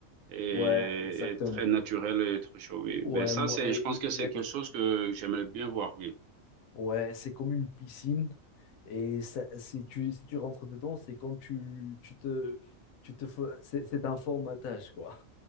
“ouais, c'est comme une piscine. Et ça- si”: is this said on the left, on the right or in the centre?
Left